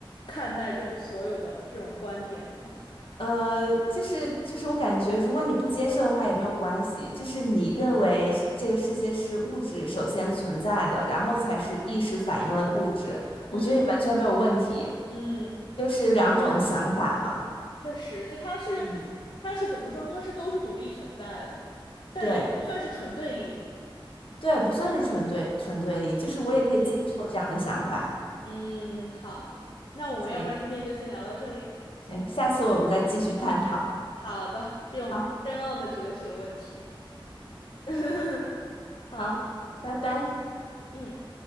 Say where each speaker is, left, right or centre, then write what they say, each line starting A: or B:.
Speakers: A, on the left; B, on the left.
A: 看待这种所有的这种观点吗？<laughs>
B: 呃，就是就是，我感觉如果你不接受的话也没有关系，就是你认为是这个世界是物质首先存在的，然后才是意识反映了物质，
A: 嗯
B: 我觉得也完全没有问题，
A: 嗯，
B: 就是两种想法嘛。
A: 确实，就它是
B: 嗯，
A: 它是怎么说呢？它是都是独立存在的，但也不算是纯对立。
B: 对对，不算是纯对纯对立，就是我也可以接受这样的想法。
A: 嗯嗯，好，那我们要不然今天就先聊到这里。
B: 行行，下次我们再继续探讨。
A: 好的，这种深奥的哲学问题。
B: 好，
A: <laughs> 好，
B: 好，拜拜。
A: 嗯。